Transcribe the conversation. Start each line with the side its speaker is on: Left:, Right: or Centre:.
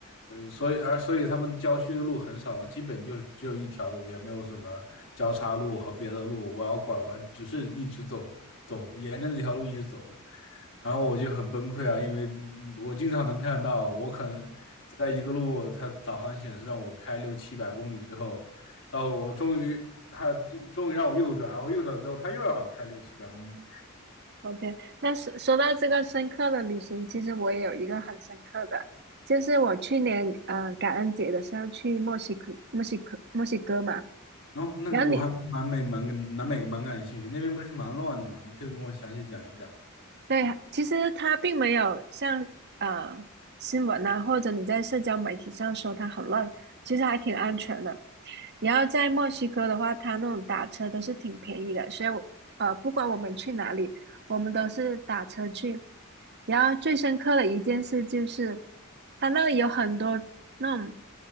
Left: 呃，所以而所以他们郊区的路很少，基本就是只有一条路，也没有什么交叉路和别的路，我要拐弯，只是一直走走，沿着那条路一直走，然后我就很崩溃啊，因为嗯我经常能看到，我可能在一个路，它导航显示让我开六七百公里之后。到我终于他终于让我右转，然后右转之后他又让我开六七百公里。
Right: OK，那说说到这个深刻的旅行，其实我也有一个很深刻的，就是我去年呃感恩节的时候去墨西哥、墨西哥、墨西哥嘛。
Left: 然后那个我还对南美蛮南美蛮感兴趣，
Right: 然后你
Left: 那边不是蛮乱的嘛？你可以跟我详细讲一讲吗
Right: 对，其实它并没有像呃新闻啊，或者你在社交媒体上说它很乱，其实还挺安全的。然后在墨西哥的话，它那种打车都是挺便宜的，所以我呃，不管我们去哪里，我们都是打车去。然后最深刻的一件事就是，它那里有很多那种